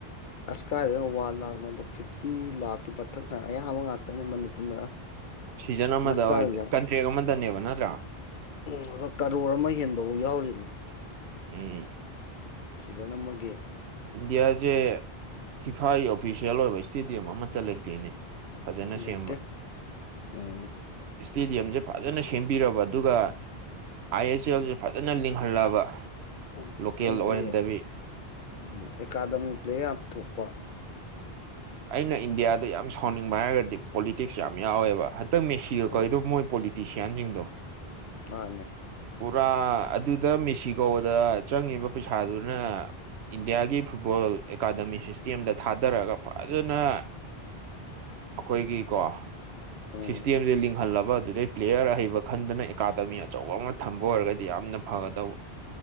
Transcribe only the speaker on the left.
ꯑꯁꯀꯥꯏꯗꯅ ꯋꯥꯟ ꯂꯥꯛ ꯅꯗ ꯐꯤꯞꯇꯤ ꯂꯥꯛꯀꯤ ꯃꯊꯛꯇ ꯑꯌꯥꯝꯕ ꯉꯥꯛꯇꯅꯦ ꯃꯅꯤꯄꯨꯔ
ꯃꯆꯥꯒꯤ
ꯎꯝ ꯑꯗꯣ ꯀꯔꯣꯔ ꯑꯃ ꯍꯦꯟꯕꯐꯥꯎ ꯌꯥꯎꯔꯤꯕꯅꯤ
ꯁꯤꯗꯅ ꯑꯃꯒꯤꯒꯤ
ꯂꯩꯇꯦ
ꯎꯝ
ꯎꯝ
ꯑꯗꯩꯗꯤ
ꯎꯝ ꯑꯦꯀꯥꯗꯃꯤ ꯄ꯭ꯂꯦ ꯌꯥꯝ ꯄꯨꯊꯣꯛꯄ
ꯎꯝ
ꯃꯥꯅꯦ
ꯎꯝ